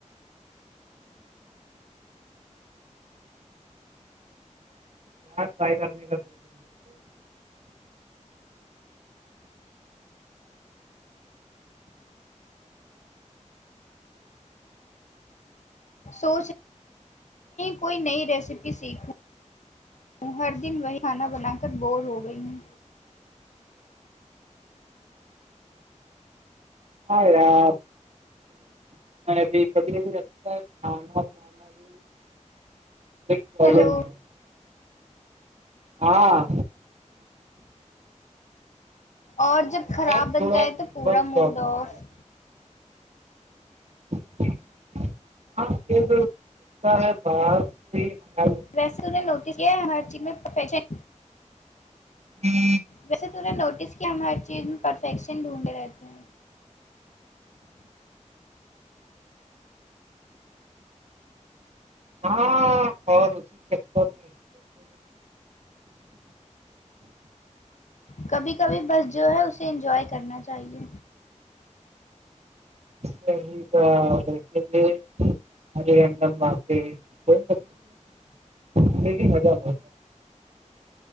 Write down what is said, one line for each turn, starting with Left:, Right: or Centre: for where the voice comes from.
Right: <unintelligible> <inaudible>
Left: سوچ کوئی نئی ریسیپی سیکھوں ہر دن وہی کھانا بنا کر بور ہو گئی ہوں
Right: ہائے یار میں ابھی کھی بھی لگتا ہے کی <inaudible>
Left: ہیلو
Right: ہاں
Left: اور جب خراب
Right: یار تھوڑا
Left: بن جائے
Right: نیٹورک
Left: تو پورا موڈ
Right: پرابلم
Left: اوف
Right: آ رہی ہے ہاں پتا ہے <unintelligible>
Left: ویسے تو نے نوٹس کیا ہے ہر چیز میں فیشن
Right: جی
Left: ویسے توہ نے نوٹس کیا ہم ہر چیز میں پرفیکشن ڈھونڈے رہتے ہیں
Right: ہاں اور اسی چکر میں
Left: کبھی کبھی بس جو ہے اسے انجوائے کرنا چاہیے
Right: صحیح تھا بلکل بھی مے ایک دم واقی کو م دیک مزہ بہت آتا